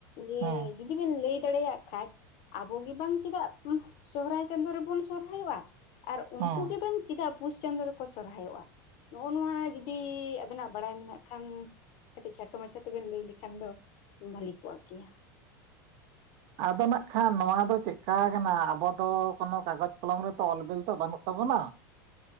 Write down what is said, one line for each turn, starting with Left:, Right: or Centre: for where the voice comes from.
Left: ᱡᱮ
Right: ᱦᱮᱸ
Left: ᱡᱩᱫᱤ ᱵᱤᱱ ᱞᱟᱹᱭ ᱫᱟᱲᱮᱭᱟᱜ ᱠᱷᱟᱡ ᱟᱵᱚ ᱜᱮ ᱵᱟᱝ ᱪᱮᱫᱟᱜ ᱥᱚᱦᱚᱨᱟᱭ ᱪᱟᱸᱫᱳ ᱨᱮᱵᱚᱱ ᱥᱚᱦᱚᱨᱟᱭᱚᱜᱼᱟ? ᱟᱨ ᱩᱱᱠᱩ
Right: ᱦᱮᱸ
Left: ᱜᱮ ᱵᱟᱝ ᱪᱮᱫᱟᱜ ᱯᱩᱥ ᱪᱟᱸᱫᱳ ᱨᱮᱠᱚ ᱥᱚᱨᱦᱟᱭᱚᱜᱼᱟ? ᱱᱚᱜᱼᱚ ᱱᱚᱣᱟ ᱡᱩᱫᱤ ᱟᱵᱮᱱᱟᱜ ᱵᱟᱲᱟᱭ ᱢᱮᱱᱟᱜ ᱠᱷᱟᱱ ᱠᱟᱹᱴᱤᱡ ᱠᱷᱟᱴᱚ ᱢᱟᱪᱷᱟ ᱛᱮᱵᱮᱱ ᱞᱟᱹᱭ ᱞᱮᱠᱷᱟᱱ ᱫᱚ ᱵᱷᱟᱞᱤ ᱠᱚᱜ ᱠᱮᱭᱟ᱾
Right: ᱟᱫᱚ ᱱᱟᱜᱠᱷᱟᱱ ᱱᱚᱣᱟ ᱫᱚ ᱪᱮᱫᱠᱟ ᱠᱟᱱᱟ, ᱟᱵᱚ ᱫᱚ ᱠᱳᱱᱳ ᱠᱟᱜᱚᱡᱽ ᱠᱚᱞᱚᱢ ᱨᱮᱛᱚ ᱚᱞ ᱵᱤᱞ ᱛᱚ ᱵᱟᱹᱱᱩᱜ ᱛᱟᱵᱚᱱᱟ᱾